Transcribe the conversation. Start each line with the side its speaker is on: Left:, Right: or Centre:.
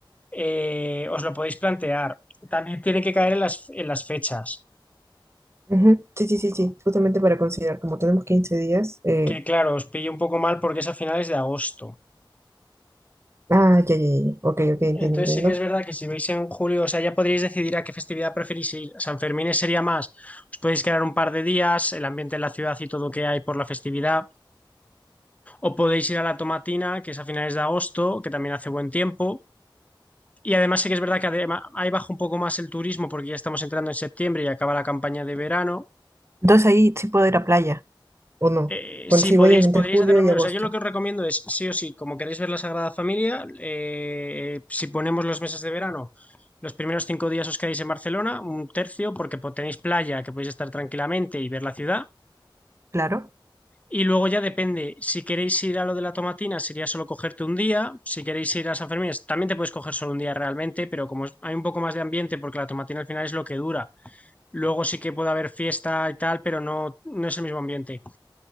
Left: eh, os lo podéis plantear. También tiene que caer en las, en las fechas,
Right: Ujú, Sí, sí, sí, sí, justamente para considerar, como tenemos 15 días, eh,
Left: que claro, os pille un poco mal porque es a finales de agosto.
Right: ah, ya, ya, ya, ya, ok, ok, entiendo,
Left: Entonces
Right: entiendo,
Left: sí que es verdad que si veis en julio, o sea, ya podríais decidir a qué festividad preferís ir. San Fermín sería más, os podéis quedar un par de días, el ambiente en la ciudad y todo que hay por la festividad, o podéis ir a la Tomatina, que es a finales de agosto, que también hace buen tiempo. Y además sí que es verdad que adema- ahí baja un poco más el turismo porque ya estamos entrando en septiembre y acaba la campaña de verano.
Right: Entonces ahí sí puedo ir a playa, o no,
Left: Eh,
Right: con
Left: sí,
Right: si
Left: podríais,
Right: voy entre
Left: podríais
Right: julio
Left: hacerlo.
Right: y agosto,
Left: O sea, yo lo que os recomiendo es, sí o sí, como queréis ver la Sagrada Familia, eh, si ponemos los meses de verano, los primeros cinco días os quedáis en Barcelona, un tercio, porque po- tenéis playa, que podéis estar tranquilamente y ver la ciudad.
Right: claro.
Left: Y luego ya depende, si queréis ir a lo de la Tomatina, sería solo cogerte un día. Si queréis ir a San Fermín, también te puedes coger solo un día realmente, pero como es- hay un poco más de ambiente, porque la Tomatina al final es lo que dura. Luego sí que puede haber fiesta y tal, pero no, no es el mismo ambiente.